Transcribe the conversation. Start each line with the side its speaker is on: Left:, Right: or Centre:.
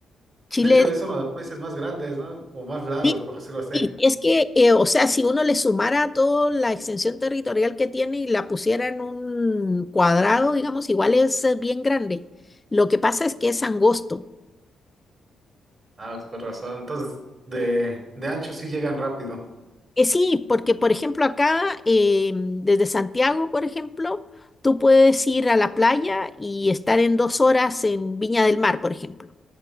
Left: Chile.
Right: De hecho, es uno de los países más grandes, ¿no? O más largos,
Left: Sí,
Right: por decirlo así.
Left: Sí, es que, eh, o sea, si uno le sumara toda la extensión territorial que tiene y la pusiera en un cuadrado, digamos, igual es eh, bien grande. Lo que pasa es que es angosto.
Right: Ah, pues, por razón. Entonces, de, de ancho sí llegan rápido.
Left: Eh, sí, porque, por ejemplo, acá, eh, desde Santiago, por ejemplo, tú puedes ir a la playa y estar en dos horas en Viña del Mar, por ejemplo.